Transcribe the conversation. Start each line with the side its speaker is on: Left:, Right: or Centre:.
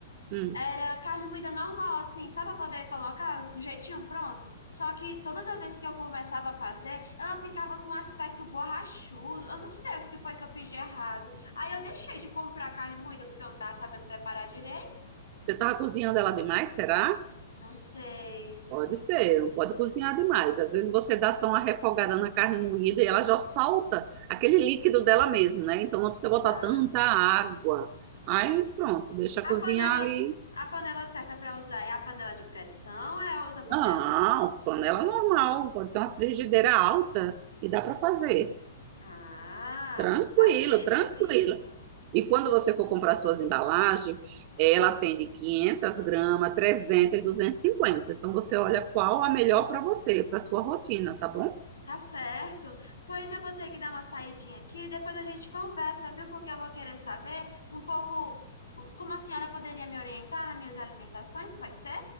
Right: Hum.
Left: Era carne moída normal, assim, só para poder colocar do jeitinho pronto. Só que todas as vezes que eu começava a fazer, ela ficava com um aspecto borrachudo. Eu não sei o que que foi que eu fiz de errado. Aí eu deixei de comprar carne moída porque eu não tava sabendo preparar direito.
Right: Você tava cozinhando ela demais, será?
Left: Não sei.
Right: Pode ser, não pode cozinhar demais. Às vezes você dá só uma refogada na carne moída e ela já solta aquele líquido dela mesmo, né? Então não precisa botar
Left: Ah,
Right: tanta água. Aí pronto, deixa
Left: a
Right: cozinhar
Left: panela,
Right: ali.
Left: a panela certa para usar é a panela de pressão ou é outra panela?
Right: Não, panela normal, pode ser uma frigideira alta e dá para fazer.
Left: Ah,
Right: Tranquilo,
Left: bom saber
Right: tranquilo.
Left: sobre isso.
Right: E quando você for comprar suas embalagens, é, ela tem de 500 gramas, 300 e cinquenta. Então, você olha qual a melhor para você, para sua rotina, tá bom?
Left: Tá certo. Pois eu vou ter que dar uma saidinha aqui, depois a gente conversa, viu? Porque eu vou querer saber um pouco o- como a senhora poderia me orientar nas minhas alimentações, pode ser?